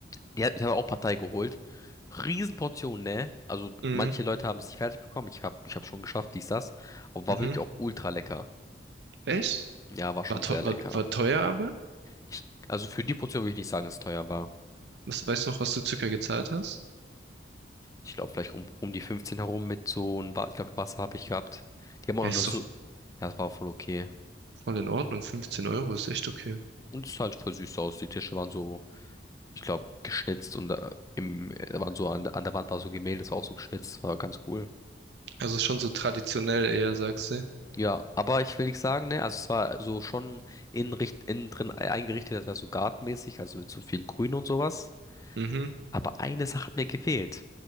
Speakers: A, on the left; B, on the right.
A: Ja, ich hatte auch Partei geholt. Riesenportion, ne? Also
B: Mhm.
A: manche Leute haben es nicht fertig bekommen. Ich hab, ich hab schon geschafft, dies, das. Aber war
B: Mhm.
A: wirklich auch ultra lecker.
B: Echt?
A: Ja, war schon
B: War, teu-
A: sehr
B: war,
A: lecker.
B: war teuer aber?
A: Ich, also für die Portion würde ich nicht sagen, dass es teuer war.
B: Was, weißt du noch, was du circa gezahlt hast?
A: Ich glaube, vielleicht um, um die 15 herum mit so ein, Wa- ich glaube, Wasser habe ich gehabt. Die haben auch
B: Ja,
A: noch
B: ist
A: nur so,
B: doch
A: ja, es war voll okay.
B: voll in Ordnung. 15 Euro ist echt okay.
A: Und es sah halt voll süß aus. Die Tische waren so ich glaube, geschnitzt und äh, im, äh, da waren so an, an der Wand war so Gemälde, das war auch so geschnitzt, war ganz cool.
B: Also ist schon so traditionell eher, sagst du.
A: Ja, aber ich will nicht sagen, ne, also es war so schon innen, richt- innen drin e- eingerichtet, das war so gartenmäßig, also mit so viel Grün und sowas.
B: Mhm.
A: Aber eine Sache hat mir gefehlt.